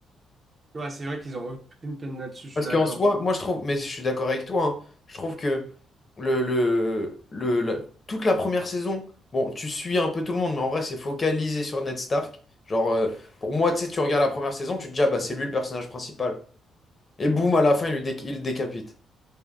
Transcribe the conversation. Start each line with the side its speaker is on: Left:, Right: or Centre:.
Right: Ouais, c'est vrai qu'ils ont aucune peine là-dessus, je
Left: Parce
Right: suis d'accord.
Left: qu'en soi, moi je trouve, mais je suis d'accord avec toi, hein, je trouve que le, le, le, la- toute la première saison, bon, tu suis un peu tout le monde, mais en vrai, c'est focalisé sur Ned Stark. Genre, euh, pour moi, tu sais, tu regardes la première saison, tu te dis, ah bah c'est lui le personnage principal. Et boum, à la fin, il, lui dé- il le décapite.